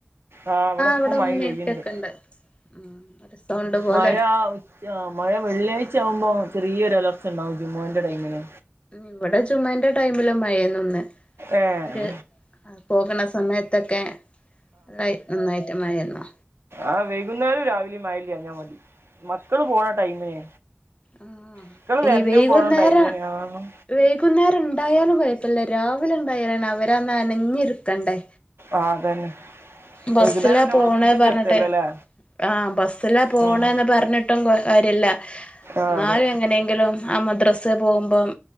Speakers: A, on the right; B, on the left.
A: ആ അവിടെപ്പ
B: ഇവിടെ
A: മഴ
B: ഉമ്മേം
A: പെയ്ണ്ട്
B: ഉപ്പയൊക്കെണ്ട് ഉം ഒരു സൗണ്ട് പോലെ
A: മഴ ആ മഴ വെള്ളിയാഴ്ച ആകുമ്പോ ചെറിയ ഒരുരലർച്ചണ്ടാവും ജുമ്അന്റെ ടൈമിന്
B: ഇവിടെ ജുമ്അന്റെ ടൈമില് മഴേന്നൊന്ന്
A: ഏഹ്
B: ഒരു പോകണ സമയത്തൊക്കെ നല്ല നന്നായിട്ടമായിരുന്നു
A: ആ വൈകുന്നേരം രാവിലെയും മയഇല്ലാഞ്ഞമതി മക്കള് പോണ ടൈമിനെ
B: ആഹ്
A: മക്കള് വരണും
B: ഈ വൈകുന്നേരം
A: പോണ ടൈമിന് ആഹ്
B: വൈകുന്നേരം ഉണ്ടായാലും കുഴപ്പില്ല രാവിലെ ഉണ്ടായാലാണ് അവരന്ന് നനഞ്ഞിരുരിക്കണ്ടേ
A: ആഹ് അതന്നെ
B: ബസ്സിലാ
A: വൈകുന്നേരം പിന്നെ
B: പോണ
A: നമ്മള് വീട്ടിക്ക്
B: പറഞ്ഞിട്ടെ
A: എത്തല്ലോല്ലേ
B: ആഹ് ബസ്സില പോണന്ന്
A: ഉം
B: പറഞ്ഞിട്ടും കാര്യല്ല
A: ആഹ്
B: എന്നാലും
A: അതെ
B: എങ്ങനെയെങ്കിലും ആ മദ്രസ് പോകുമ്പം